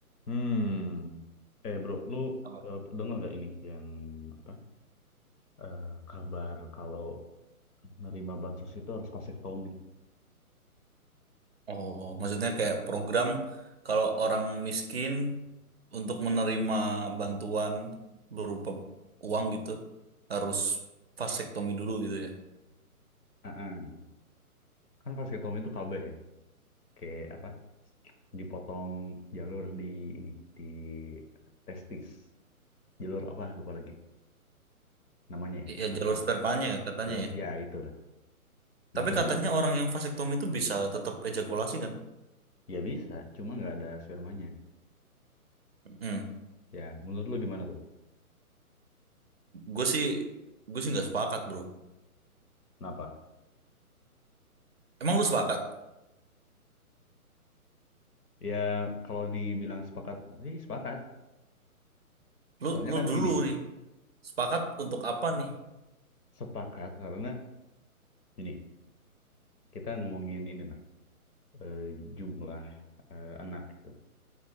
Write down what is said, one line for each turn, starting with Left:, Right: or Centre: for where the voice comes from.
Left: Hmm. Eh bro, lu
Right: Apa?
Left: eh, denger nggak ini yang apa? eh, kabar kalau nerima bansos itu harus vasektomi.
Right: Oh, maksudnya kayak program kalau orang miskin untuk menerima bantuan berupa uang gitu harus vasektomi dulu gitu ya.
Left: Heeh. Kan vasektomi itu KB ya, kayak apa? Dipotong jalur di ini di testis. Jalur apa? Lupa lagi namanya ya.
Right: Ya
Left: Nama
Right: jalur spermanya katanya
Left: jalur
Right: ya.
Left: ya itulah. Nah
Right: Tapi
Left: menurut
Right: katanya orang yang vasektomi itu bisa tetap ejakulasi kan?
Left: ya bisa, cuma nggak ada spermanya.
Right: Hmm.
Left: Ya menurut lu gimana tuh?
Right: Gue sih gue sih nggak sepakat bro.
Left: Kenapa?
Right: Emang lu sepakat?
Left: Ya kalau dibilang sepakat, eh sepakat.
Right: Lu
Left: Soalnya
Right: lu
Left: kan
Right: dulu
Left: gini,
Right: nih. Sepakat untuk apa nih?
Left: sepakat karena Ini kita ngomongin inilah eh, jumlah eh, anak gitu.